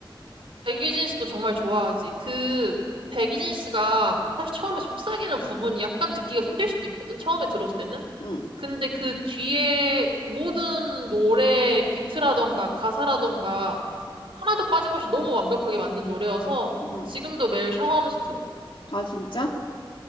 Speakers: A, on the right; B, on the left.
A: 백이진 씨도 정말 좋아하지. 그 백이진 씨가 사실 처음에 속삭이는 부분이 약간 듣기가 힘들 수도 있거든. 처음에 들었을 때는.
B: 응,
A: 근데 그 뒤에 모든 노래 비트라던가 가사라던가 하나도 빠짐없이 너무 완벽하게 만든 노래여서
B: 응.
A: 지금도 매일 샤워하면서 들어.
B: 아, 진짜?